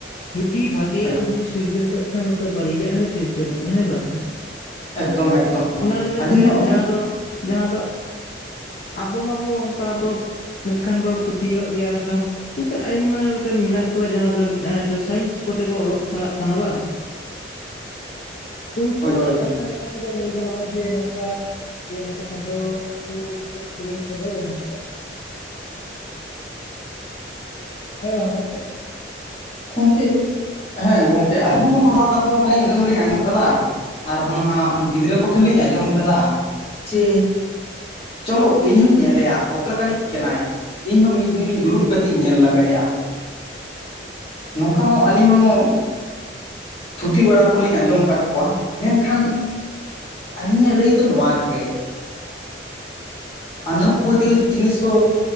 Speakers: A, on the left; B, on the left.
A: ᱡᱩᱫᱤ ᱵᱷᱟᱜᱮᱹᱭᱟᱜ
B: ᱦᱳᱭ
A: ᱦᱚᱸᱭ ᱥᱤᱨᱡᱚᱱ ᱠᱟᱜ ᱠᱷᱟᱱ ᱚᱱᱠᱟ ᱵᱟᱹᱲᱤᱡᱟᱜ ᱦᱚᱸᱭ ᱥᱤᱨᱡᱚᱱ ᱟᱠᱟᱫᱟ ᱦᱮᱸ ᱵᱟᱝ?
B: ᱮᱠᱫᱚᱢ ᱮᱠᱫᱚᱢ
A: ᱚᱱᱟ ᱞᱮᱠᱟᱛᱮ
B: ᱟᱹᱞᱤᱧ ᱦᱚᱸ
A: ᱡᱟᱦᱟᱸ ᱫᱚ ᱡᱟᱦᱟᱸ ᱫᱚ ᱟᱵᱚ ᱢᱟᱵᱚ ᱚᱱᱠᱟ ᱵᱚ ᱢᱮᱱᱠᱷᱟᱱ ᱵᱚ ᱯᱟᱹᱛᱭᱟᱹᱣ ᱟᱜ ᱜᱮᱭᱟ ᱢᱮᱱᱠᱷᱟᱱ ᱚᱱᱠᱟ ᱟᱭᱢᱟ ᱞᱮᱠᱟᱱ ᱢᱮᱱᱟᱜ ᱠᱚᱣᱟ ᱡᱟᱦᱟᱸ ᱫᱚ ᱡᱟᱦᱟᱸᱭ ᱫᱚ ᱥᱟᱭᱮᱱᱥ ᱠᱚᱛᱮ ᱠᱚ ᱚᱞᱚᱜ ᱯᱟᱲᱦᱟᱜ ᱠᱟᱱᱟ ᱵᱟᱝ
B: <inaudible>
A: ᱩᱱᱠᱩᱣᱟᱜ
B: ᱦᱳᱭ ᱦᱳᱭ
A: ᱠᱟᱛᱷᱟ ᱞᱮᱠᱟ ᱛᱮᱫᱚ ᱞᱟᱹᱭ ᱜᱟᱱᱚᱜᱼᱟ ᱡᱮ ᱱᱚᱝᱠᱟ ᱡᱮ ᱱᱚᱝᱠᱟ ᱟᱫᱚᱠᱚ ᱥᱮ <unintelligible> ᱠᱚᱫᱚ ᱵᱟᱹᱱᱩᱜ ᱟᱠᱟᱫ ᱠᱚᱣᱟ ᱦᱮᱸ ᱵᱟᱝ ᱜᱚᱢᱠᱮ
B: ᱜᱚᱢᱠᱮ, ᱦᱮᱸ ᱜᱚᱢᱠᱮ ᱟᱞᱤᱧᱦᱚᱸ ᱚᱱᱟ ᱠᱟᱛᱷᱟ ᱢᱟᱞᱤᱧ ᱟᱸᱡᱚᱢ ᱞᱤᱧ ᱟᱸᱡᱚᱢ ᱠᱟᱫᱟ᱾ ᱟᱨ ᱵᱟᱝ ᱦᱟᱸᱜ ᱜᱤᱫᱽᱨᱟᱹ ᱠᱚᱴᱷᱮᱱ ᱞᱤᱧ ᱟᱸᱡᱚᱢ ᱟᱠᱟᱫᱟ ᱪᱮ ᱪᱚᱞᱚ ᱤᱧ ᱦᱚᱸᱧ ᱧᱮᱞᱮᱭᱟ ᱚᱠᱟ ᱞᱮᱠᱟᱱᱤᱡ ᱠᱟᱱᱟᱭ ᱤᱧ ᱦᱚᱸ ᱢᱤᱫ ᱫᱤᱱᱤᱧ ᱫᱩᱲᱩᱵ ᱠᱟᱛᱮᱜ ᱤᱧ ᱧᱮᱞ ᱞᱮᱜᱟᱭᱟ᱾ ᱱᱚᱝᱠᱟ ᱦᱚᱸ ᱟᱹᱞᱤᱧ ᱦᱚᱸ ᱛᱷᱩᱛᱤ ᱵᱟᱲᱟ ᱠᱚᱞᱤᱧ ᱟᱸᱡᱚᱢ ᱟᱠᱟᱫ ᱠᱚᱣᱟ᱾ ᱢᱮᱱᱠᱷᱟᱱ ᱟᱹᱞᱤᱧᱟᱜ ᱞᱟᱹᱭ ᱫᱚ ᱱᱚᱣᱟ ᱜᱮ ᱟᱸᱫᱷᱟ ᱯᱟᱹᱛᱭᱟᱹᱣ ᱡᱤᱱᱤᱥ ᱫᱚ